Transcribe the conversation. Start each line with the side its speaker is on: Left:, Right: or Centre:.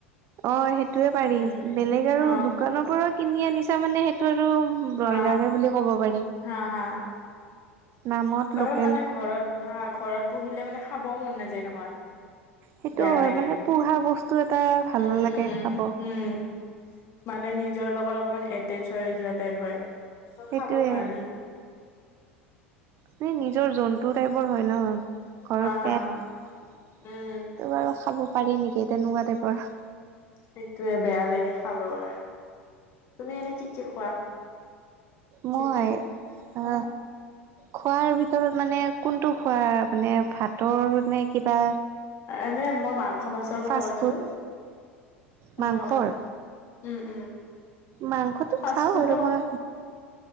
Right: অঁ সেইটোয়ে পাৰিম
Left: উম
Right: বেলেগ আৰু
Left: অ
Right: দোকানৰ পৰা কিনি আনিছা মানে সেইটো আৰু
Left: হা
Right: ব্ৰইলাৰে বুলি ক'ব পাৰি।
Left: হা হা
Right: নামত
Left: বাৰু
Right: লোকেল
Left: মানে ঘৰত হা ঘৰত পুহিলে মানে খাবও মন নাযায় নহয়।
Right: সেইটো
Left: বেয়া
Right: হয়
Left: লাগে।
Right: মানে
Left: উম,
Right: পোহা বস্তু এটা ভাল নালাগে
Left: উম,
Right: খাব
Left: উম। মানে নিজৰ লগত অকমান এটেচ হৈ যোৱা টাইপ হয়।
Right: সেইটোয়ে
Left: খাব নোৱাৰি।
Right: মানে নিজৰ জন্তু টাইপৰ হয় ন। ঘৰৰ
Left: হা, হা,
Right: পেট, ত'
Left: উম,
Right: বাৰু খাব পাৰি নেকি তেনেকুৱা টাইপৰ।
Left: সেইটোয়ে বেয়া লাগে খাব কাৰণে। তুমি এনে কি কি খোৱা?
Right: মই
Left: চিকেন
Right: আ
Left: অ',
Right: খোৱাৰ ভিতৰত মানে কোনটো খোৱা মানে ভাতৰ নে কিবা?
Left: এনে মই মাংস মাছৰ কথা
Right: ফাষ্ট
Left: কৈছো?
Right: ফুড
Left: আহ।
Right: মাংসৰ
Left: উম উম।
Right: মাংসটো
Left: ফাষ্ট
Right: খাও
Left: ফুডো
Right: বাৰু মই।